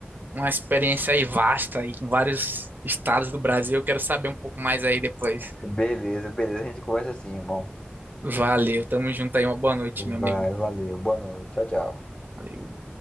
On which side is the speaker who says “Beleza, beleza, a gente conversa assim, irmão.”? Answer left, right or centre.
Left